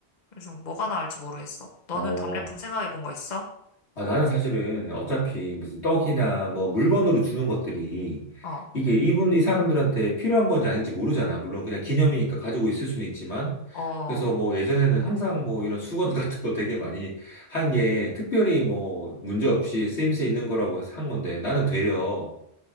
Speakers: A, on the left; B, on the left.
A: 그래서 뭐가 나을지 모르겠어. 너는
B: 어,
A: 답례품 생각해 본 거 있어?
B: 아, 나는 사실은 어차피 무슨 떡이나 뭐 물건으로 주는 것들이
A: 어,
B: 이게 이분, 이 사람들한테 필요한 건지 아닌지 모르잖아. 물론 그냥 기념이니까 가지고 있을 수는 있지만.
A: 어, 어,
B: 그래서 뭐 예전에는 항상 뭐 이런 수건 <laughs> 같은 거 되게 많이 한 게 특별히 뭐 문제 없이 쓰임새 있는 거라고 해서 한 건데 나는 되려